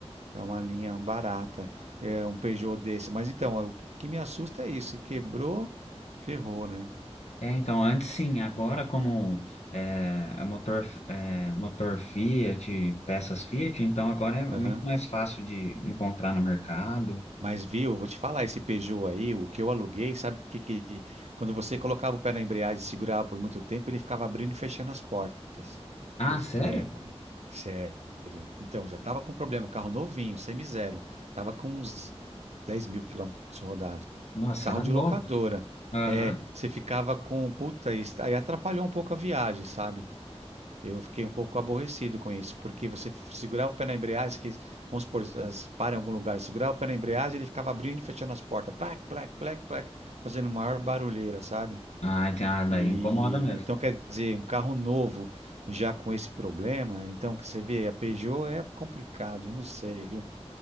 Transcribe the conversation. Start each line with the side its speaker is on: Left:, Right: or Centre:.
Right: É uma linha barata, é um Peugeot desse. Mas então, o que me assusta é isso. Quebrou, ferrou, né?
Left: É, então, antes sim, agora como é, é motor, é, motor Fiat, peças Fiat, então agora é muito
Right: Aham.
Left: mais fácil de encontrar no mercado.
Right: Mas viu, vou te falar, esse Peugeot aí, o que eu aluguei, sabe o que que... Quando você colocava o pé na embreagem e segurava por muito tempo, ele ficava abrindo e fechando as portas.
Left: Ah,
Right: Eu fiquei,
Left: sério?
Right: é, co- sério. Então, já tava com problema, carro novinho, semi-zero. Tava com uns dez mil quilômetros rodado.
Left: Nossa,
Right: Carro
Left: era
Right: de
Left: novo.
Right: locadora.
Left: Aham.
Right: É, você ficava com, puta, isso aí atrapalhou um pouco a viagem, sabe? Eu fiquei um pouco aborrecido com isso, porque você segurava o pé na embreagem, que, vamos supor, as para em algum lugar, segurava o pé na embreagem, ele ficava abrindo e fechando as portas, plac, plac, plac, plac, fazendo maior barulheira, sabe?
Left: Ah, então, ah, daí
Right: E
Left: incomoda mesmo.
Right: então quer dizer, um carro novo já com esse problema, então que você vê, a Peugeot é complicado, não sei, viu?